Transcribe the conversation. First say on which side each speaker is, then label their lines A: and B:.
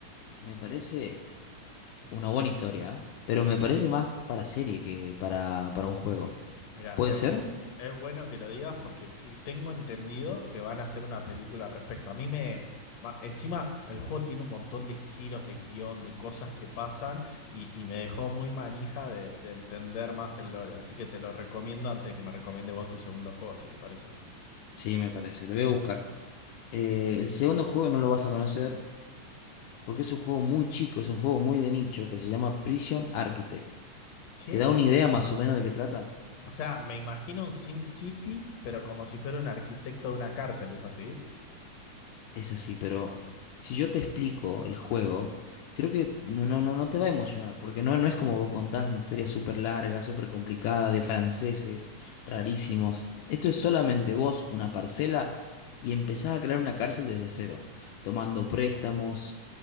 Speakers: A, on the left (about 80°); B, on the left (about 60°).
A: Me parece una buena historia, ¿eh? Pero me parece más para serie que para, para un juego.
B: Mira,
A: ¿Puede
B: es,
A: ser?
B: bu- es bueno que lo digas porque que- tengo entendido que van a hacer una película al respecto. A mí me... ma- Encima, el juego tiene un montón de giros de guión, de cosas que pasan y, y me dejó muy manija de, de entender más el lore. Así que te lo recomiendo antes de que me recomiende vos tu segundo juego, si te parece.
A: Sí, me parece, lo voy a buscar.
B: Dale.
A: Eh, el segundo juego no lo vas a conocer porque es un juego muy chico, es un juego muy de nicho que se llama Prison Architect.
B: ¿Qué?
A: ¿Te da una idea más o menos de qué trata?
B: O sea, me imagino un SimCity, pero como si fuera un arquitecto de una cárcel, ¿es así?
A: Es así, pero si yo te explico el juego, creo que no, no, no no te va a emocionar, porque no, no es como vos contás una historia súper larga, súper complicada, de franceses rarísimos. Esto es solamente vos, una parcela, y empezás a crear una cárcel desde cero, tomando préstamos,